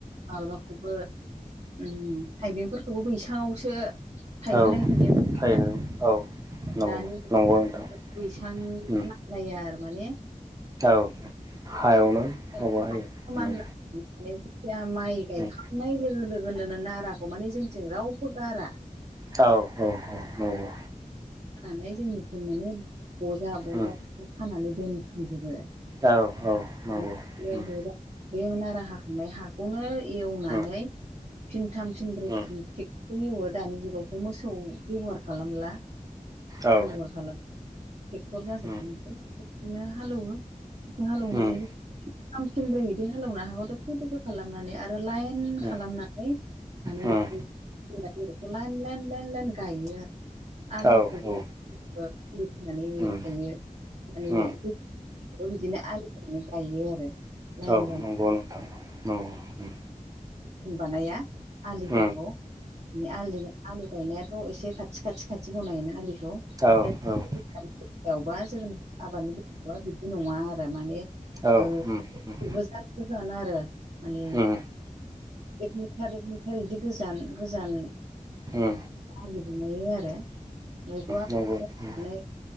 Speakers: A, on the right (about 50°); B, on the right (about 25°).
A: माबाखौबो उम थाइबेंफोरखौबो बैसांआवसो।
B: औ
A: थायहोनाय नुयो मैथा
B: थारैनो औ नंगौ
A: दानि
B: नंगौ नोंथां
A: बैसां
B: उम
A: ना फायार माने
B: औ हायावनो,
A: <unintelligible>
B: माबा होयो
A: खो मानला
B: उम
A: माने जिथिया माइ
B: उम
A: गायखांनाय लोगो लोगोनो नाराखौ माने जोंनिथिं रावबो गारा,
B: औ औ औ नंगौ।
A: नै जोंनिथि माने बजा बजाखौ
B: उम
A: खानानै दोनथुमजोबो।
B: औ औ
A: <unintelligible>
B: नंगौ उम
A: बैयाव नारा हाखांबाय हा। खौनो एवनानै
B: उम
A: फिनथाम फिनब्रै
B: उम
A: एवो दानि जुगावथ' मोसौ बेब'हार खालामला
B: औ
A: बेब'हार खालाम ट्रेक्टर जाजोबगोनो
B: उम
A: बेखौनो हालौवो बिखौ हालौनानै,
B: उम
A: फिनथाम फिनब्रै इदि हालौना हाखौ दोखो दोखो। खालामनानै आरो लाइन
B: उम
A: खालामनानै माने
B: उम
A: बि बेखौ लाइन लाइन लाइन लाइन गायो। आलुखौ
B: औ
A: जेरै
B: औ नंगौ
A: जेरैखिनानै
B: उम
A: गायो माने
B: उम
A: बेखौ बिदिनो आलु होननानै गायो आरो लाइन
B: औ
A: लाइन
B: नंगौ नोंथां नंगौ उम
A: <unintelligible> बानाया आलिफोरखौ
B: उम
A: बे आलि आलु गायनायाथ' एसे खाथि खाथि खाथि बनायो आलिखौ
B: औ
A: <unintelligible>
B: उम
A: जोगोनार आबादनि मा बिदि नङा आरो माने
B: औ
A: ओ
B: उम उम
A: गोजान गोजान आरो माने
B: उम
A: एक मिटार एक मिटार इदि गोजान गोजान।
B: हो
A: आलि दुमहैयो आरो मैगंनानै
B: नंगौ उम